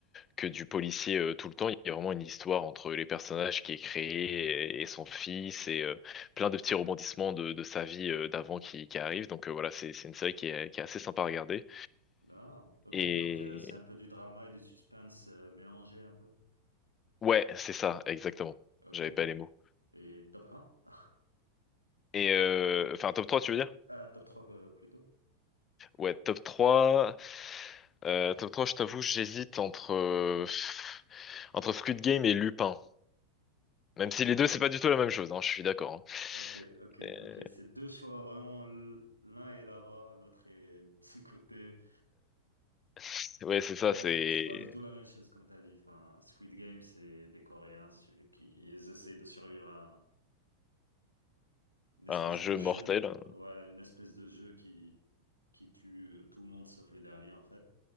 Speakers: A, on the left; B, on the left.
A: que du policier euh, tout le temps. Il y a vraiment une histoire entre les personnages qui est créée et, et son fils et euh, plein de petits rebondissements de, de sa vie euh, d'avant qui, qui arrivent. Donc euh, voilà, c'est c'est une série qui est, qui est assez sympa à regarder.
B: Ah, ok,
A: Et
B: donc euh, c'est un peu du drama et du suspense euh, mélangé un peu.
A: ouais, c'est ça, exactement.
B: Ok.
A: J'avais pas les mots.
B: Et top un <laughs>
A: Et euh, enfin, top 3, tu veux dire?
B: Ah, top 3 euh, plutôt.
A: Ouais, top 3. Euh, top 3. je t'avoue, j'hésite entre, euh, pff, entre Squid Game et Lupin. Même si les deux, c'est pas du tout la même chose, hein, je suis d'accord. hein.
B: Ok, ok,
A: Euh,
B: ok. C'est deux choix vraiment. l- L'un est là-bas, l'autre est de ce côté.
A: C'est- Ouais,
B: C'est
A: c'est ça,
B: pas
A: c'est
B: du tout, c'est pas du tout la même chose comme t'as dit. Enfin, Squid Game, c'est des Coréens celui qui ils essayent de survivre à une espèce
A: un jeu
B: de jeu,
A: mortel.
B: euh, ouais, une espèce de jeu qui qui tue euh, tout le monde sauf le dernier en fait.